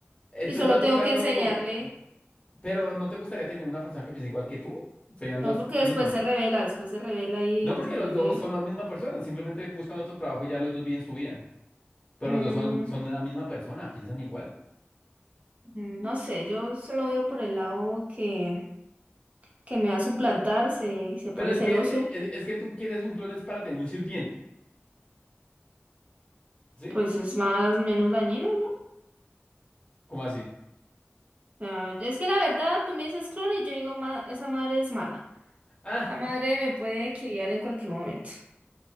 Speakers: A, on the left; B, on the right.
A: eh,
B: Y
A: tú
B: solo
A: estás buscando,
B: tengo que enseñarle.
A: pero ¿no te gustaría tener una persona que piense igual que tú? Serían
B: No,
A: dos
B: porque
A: en
B: después
A: uno.
B: se revela, después se revela y
A: No porque
B: después
A: los
B: me...
A: dos son la misma persona, simplemente buscan otro trabajo y ya los dos viven su vida. Pero
B: Mm,
A: los dos son, son la misma persona, piensan igual.
B: no sé, yo solo veo por el lado que, que me va a suplantar, se, se
A: Pero
B: pone
A: es
B: celoso,
A: que, eh,
B: eh,
A: es, es que tú quieres un clon es para tener un sirviente, ¿sí?
B: pues es más, menos dañino, ¿no?
A: ¿Cómo así?
B: O sea, yo- es que la verdad, tú me dices clon y yo digo, "Ma- esa madre es mala.
A: <laughs>
B: La madre me puede quiliar en cualquier momento.